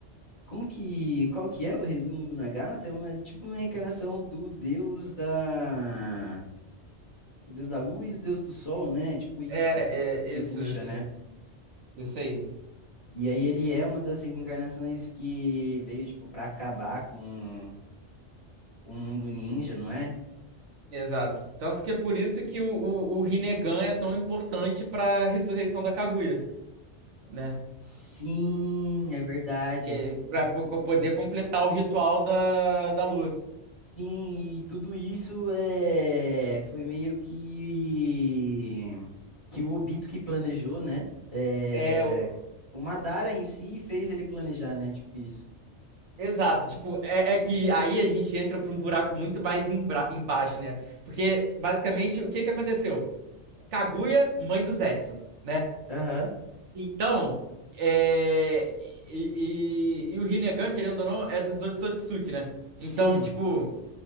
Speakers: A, on the left; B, on the right.
A: como que, qual que é o resumo do Nagata? É uma tipo uma reencarnação do deus da, o deus da lua e o deus do sol, né? Tipo isso
B: é, é
A: que
B: isso,
A: puxa,
B: isso.
A: né?
B: Isso aí.
A: E aí ele é uma das reencarnações que veio tipo para acabar com com o mundo ninja, não é?
B: Exato. Tanto que é por isso que o, o, o Rinnegan é tão importante para a ressurreição da Kaguya, né?
A: Sim, é verdade.
B: Que para poder completar o ritual da, da lua.
A: Sim, e tudo isso é, foi meio que que o Obito que planejou, né? É,
B: É, o-
A: o Madara em si fez ele planejar, né? Tipo isso.
B: exato. Tipo, é, é que aí a gente entra para um buraco muito mais embra- embaixo, né? Porque basicamente o que que aconteceu? Kaguya, mãe do Zetsu, né?
A: Aham.
B: Então, é, e, e, e o Rinnegan, querendo ou não, é dos Otsutsuki, né?
A: Sim,
B: Então, tipo